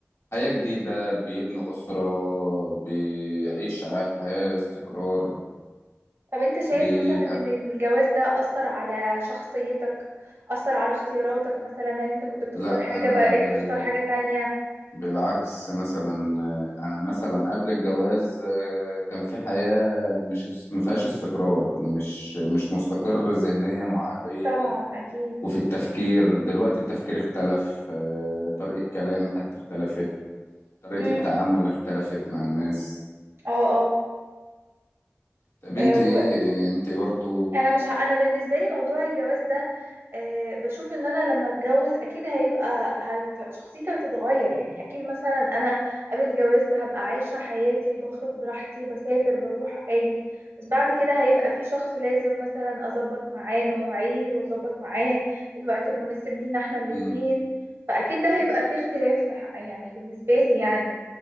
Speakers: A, on the left; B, on the right.
A: حياة جديدة بيبنوا أسرة بيعيش ع- حياة استقرار
B: طب انت شايف
A: بيبقى
B: مثلا ان الجواز ده اثر على شخصيتك اثر على اختياراتك مثلا هل انت كنت بتختار
A: لا
B: حاجة
A: انا
B: بقيت
A: بال
B: تختار حاجة تانية
A: بالعكس مثلا آه، انا مثلا قبل الجواز آه، كان في حياة مش ما فيهاش استقرار مش مش مستقر ذهنيا وعقليا
B: اكيد طبعا اكيد
A: وفي التفكير دلوقتي التفكير اختلف آه، طريقة كلامي حتى اختلفت طريقة
B: امم
A: التعامل اختلفت مع الناس
B: اه
A: طب
B: اه
A: انت ايه انت برضو
B: انا مش ه... انا بالنسبه لي موضوع الجواز ده أه بشوف ان انا لما اتجوز اكيد هيبقى هت... شخصيتي هتتغير يعني اكيد مثلا انا قبل الجواز ده هبقى عايشه حياتي بخرج براحتي بسافر بروح اجي بس بعد كده هيبقى في شخص لازم مثلا اظبط معاه المواعيد واظبط معاه الوقت المناسب لينا احنا الاتنين
A: مم.
B: فاكيد ده هيبقى في اختلاف في ح- يعني بالنسبه لي يعني